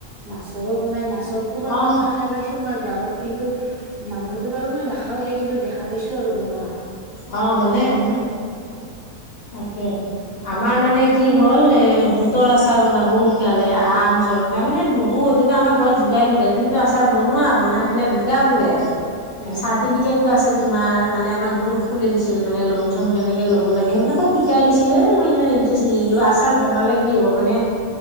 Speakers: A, on the right; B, on the left.
A: মাছৰো বনাই মাছ তো বাৰু
B: অ
A: আচাৰ খাই পাইছো মই গাঁৱত কিন্তু মাংসটো বাৰু মই নাখাওঁ হা এই কিন্তু দেখা পাইছো আৰু বনোৱা
B: অঁ বনাই বনাই। তাকে আমাৰ মানে কি হ'ল এ বুতৰ আছে'। আচাৰ বনাবওঁ শিকালে, আম, জলফাই মানে বহুতো আমাৰ ঘৰত জোকাই থাকে তুমিতো আচাৰ বনোৱা বনাই পেলাই বিকা বোলে।
A: উম
B: চাৰ্টিফিকেতো আছে তোমাৰ মানে আমাক গ্ৰুপ খুলি দিছিল মানে লোন চন কেনেকে ল'ব লাগে সেইবিলাক শিকাই দিছিলে মই ইমানেই নিলো আচাৰ বনালে কি হব মানে